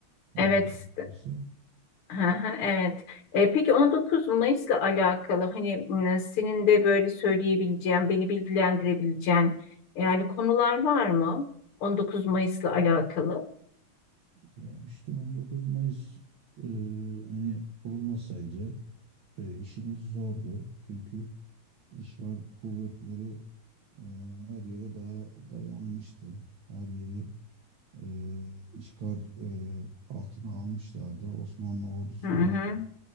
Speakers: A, on the right; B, on the left.
A: 19
B: Evet
A: Mayıs'ı.
B: Hı hı, Evet. E, peki 19 Mayıs'la alakalı hani m, senin de böyle söyleyebileceğin, beni bilgilendirebileceğin yani konular var mı? 19 Mayıs'la alakalı.
A: Ya işte 19 Mayıs e, hani olmasaydı e, işimiz zordu. Çünkü işgal kuvvetleri e, her yere daya- dayanmıştı. Her yeri e, işgal e, altına almışlardı. Osmanlı ordusu
B: Hı hı,
A: falan